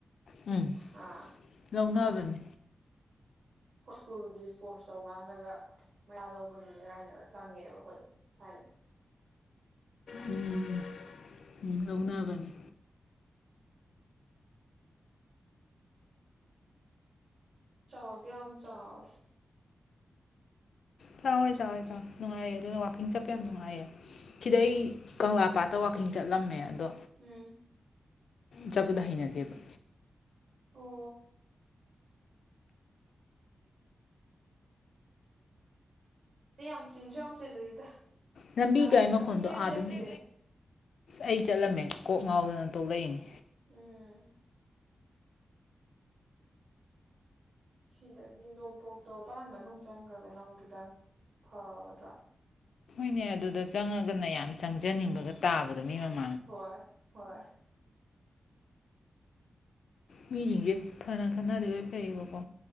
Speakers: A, on the left; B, on the right.
A: ꯎꯝ
B: ꯍꯥ
A: ꯂꯧꯅꯕꯅꯤ
B: ꯁ꯭ꯀꯨꯜꯒꯤ ꯏꯁꯄꯣꯔꯠꯁ ꯇꯧꯀꯥꯟꯗꯒ ꯃꯌꯥ ꯂꯧꯕꯒꯤꯅꯦ ꯀꯥꯏꯅꯒ ꯆꯪꯉꯦꯕ ꯑꯩꯈꯣꯏꯅ ꯍꯥꯟꯅꯥ
A: ꯎꯝ ꯎꯝ ꯂꯧꯅꯕꯅꯤ
B: ꯆꯥꯎꯗꯤ ꯌꯥꯝ ꯆꯧꯌꯦ
A: ꯆꯥꯋꯣꯏ ꯆꯥꯋꫭꯏ ꯆꯥꯋꫭꯏ ꯅꯨꯡꯉꯥꯏꯌꯦ ꯑꯗꯨꯅ ꯋꯥꯀꯤꯡ ꯆꯠꯄ ꯌꯥꯝ ꯅꯨꯡꯉꯥꯏꯌꯦ ꯁꯤꯗꯩ
B: ꯎꯝ
A: ꯀꯪꯂ ꯄꯥꯠ ꯇꯋꯥꯀꯤꯡ ꯆꯠꯂꯝꯃꯦ ꯑꯗꯣ
B: ꯎꯝ
A: ꯆꯕꯗ ꯍꯩꯅꯗꯦ ꯕ
B: ꯑꯣ ꯑ ꯌꯥꯝ ꯆꯤꯟꯁꯨ ꯌꯥꯝ ꯆꯤꯂꯦꯗ
A: ꯂꯝꯕꯤ
B: ꯒꯥꯔꯤꯁꯨ
A: ꯒꯥꯔꯤ ꯃꯈꯣꯟꯗꯣ
B: ꯁꯨꯡꯂꯦꯞ
A: ꯑꯥꯗꯅꯤ
B: ꯂꯦꯞꯇꯦ
A: ꯑꯩ ꯆꯠꯂꯝꯃꯦ ꯀꯣꯛ ꯉꯥꯎꯗꯅ ꯇꯣꯛꯂꯛꯏꯅꯤ
B: ꯎꯝ ꯁꯤꯗꯒꯤ ꯅꯣꯡꯄꯣꯛ ꯇꯣꯔꯕꯥꯟ ꯃꯅꯨꯡ ꯆꯪꯈ꯭ꯔꯒ ꯅ ꯑꯃꯨꯛ ꯈꯤꯇꯪ ꯐꯒꯗ꯭ꯔꯥ
A: ꯃꯤꯅꯦ ꯑꯗꯨꯗ ꯆꯪꯉꯒꯅ ꯌꯥꯝ ꯆꯪꯖꯅꯤꯡꯕꯒ ꯇꯥꯕꯗꯣ ꯃꯤ ꯃꯃꯜ
B: ꯍꯣꯏ ꯍꯣꯏ
A: ꯃꯤꯁꯤꯡꯁꯦ ꯐꯅ ꯈꯟꯅꯗꯤ ꯐꯩꯌꯦꯕꯀꯣ